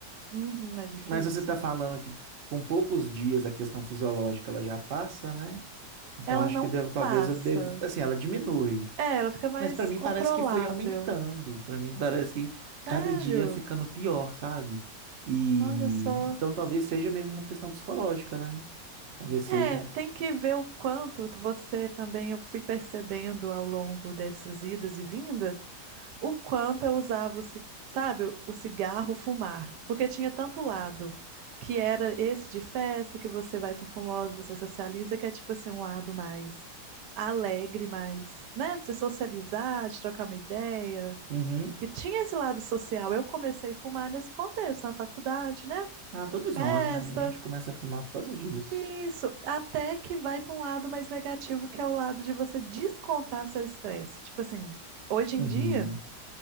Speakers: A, on the right; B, on the right.
A: Uhum, é difícil.
B: mas você está falando que com poucos dias a questão fisiológica ela já passa, né? Então
A: Ela
B: acho
A: não
B: que devo, talvez
A: passa.
B: eu deva, assim, ela diminui.
A: É, ela fica mais
B: Mas pra mim
A: controlável.
B: parece que foi aumentando. Pra mim parece que
A: Sério?
B: cada dia ficando pior, sabe? E
A: Olha só.
B: então talvez seja mesmo uma questão psicológica, né? Talvez
A: É,
B: seja.
A: tem que ver o quanto você também, eu fui percebendo ao longo dessas idas e vindas, o quanto eu usava, o ci- sabe, o cigarro fumar. Porque tinha tanto lado, que era esse de festa, que você vai pro famoso, você socializa, que é tipo assim, um lado mais alegre, mais, né, de socializar, de trocar uma ideia.
B: Uhum.
A: E tinha esse lado social. Eu comecei a fumar nesse contexto, na faculdade, né?
B: Ah, todos
A: Festa.
B: nós, né? A gente começa a fumar por causa disso.
A: Isso, até que vai para um lado mais negativo, que é o lado de você descontar seu estresse. Tipo assim, hoje
B: Uhum.
A: em dia,